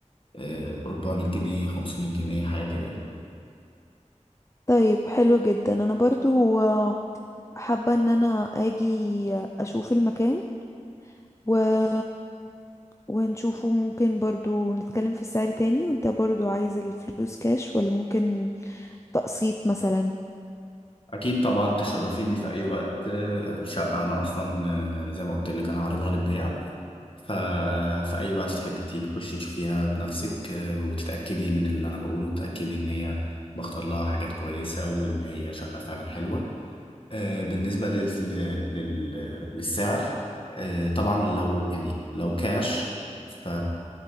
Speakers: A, on the left; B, on the left.
A: آه، 400 جنيه 500 جنيه حاجة كده يعني
B: طيب حلو جدا انا برضو آه، حابة ان انا اجي اشوف المكان و... ونشوفه ممكن برضو نتكلم في السعر تاني وانت برضو عايز الفلوس كاش ولا ممكن تقسيط مثلا
A: اكيد طبعا تشرفيني في اي وقت آه، الشقه انا اصلا آه، زي ما قلت لك انا عارضها للبيع ف في اي وقت تحبي تخشي تشوفيها بنفسك آه، وتتاكدي من اللي انا بقوله وتتاكدي ان هي بختار لها حاجات كويسه وان هي شقه فعلا حلوه آه، بالنسبة لل... لل... لل- للسعر آه، طبعا لو يعني لو كاش ف